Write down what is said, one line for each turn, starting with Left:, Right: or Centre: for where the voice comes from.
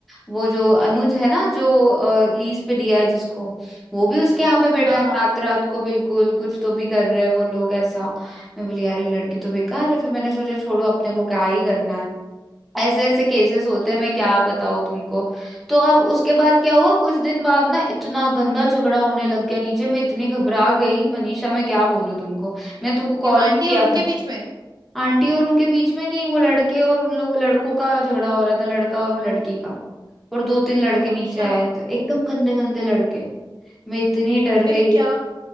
Centre: वो जो अनुज है ना जो लीज पे दिया है जिसको वो भी उसके यहाँ पे बैठा
Right: हाँ
Centre: है
Right: हाँ
Centre: रात रात को बिल्कुल कुछ तो भी कर रहे हैं वो लोग ऐसा मैं बोली यार ये लड़की तो बेकार है फिर मैंने सोचा छोड़ो अपने को क्या ही करना है ऐसे ऐसे केसेस होते
Right: हाँ
Centre: हैं मैं
Right: ना
Centre: क्या बताऊं तुमको तो अब उसके बाद क्या हुआ कुछ दिन बाद ना इतना गंदा झगड़ा होने लग गया नीचे मैं इतनी घबरा गई मनीषा मैं क्या बोलूं तुमको मैं तुमको
Right: क्यों
Centre: कॉल
Right: आंटी
Centre: भी किया
Right: और उनके
Centre: था
Right: बीच में
Centre: आंटी और उनके बीच में नहीं वो लड़के और उन लोग लड़कों का झगड़ा हो रहा था लड़का और वो लड़की का और दो तीन लड़के नीचे
Right: अच्छा
Centre: आए तो एकदम गंदे गंदे लड़के मैं इतनी डर
Right: फिर
Centre: गई
Right: क्या